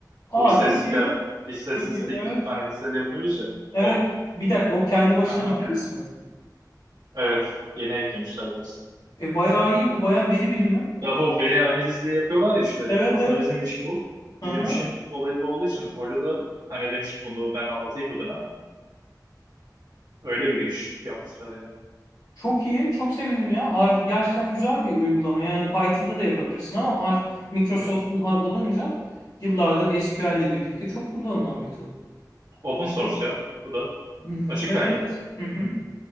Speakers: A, on the left (about 60°); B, on the right (about 70°).
A: Aa
B: Bu istatistikler,
A: çok iyi.
B: istatistik
A: Çok iyi. Evet.
B: analizleri yapıyoruz ya.
A: Evet.
B: O.
A: Bir dakika o kendi başına
B: Aha.
A: bir ders mi?
B: Evet. Yeni eklemişler dersi.
A: E bayağı iyi bu bayağı veri bilimi.
B: Ya bu veri analizi yapıyorlar ya işte.
A: Evet
B: Aslında
A: evet.
B: bizim iş bu.
A: Aha.
B: Bizim işin olayı bu olduğu için hoca da hani demiş bunu ben anlatayım bu dönem. Öyle bir giriş yapmışlar yani.
A: Çok iyi. Çok sevindim ya. R gerçekten güzel bir uygulama. Yani Python'da da yapabilirsin ama R Microsoft'un
B: Evet.
A: R olunca yıllardır SQL ile birlikte çok kullanılan bir tool.
B: Open source ya. Bu da
A: Hı.
B: açık
A: Evet
B: kaynak.
A: evet. Hı hı.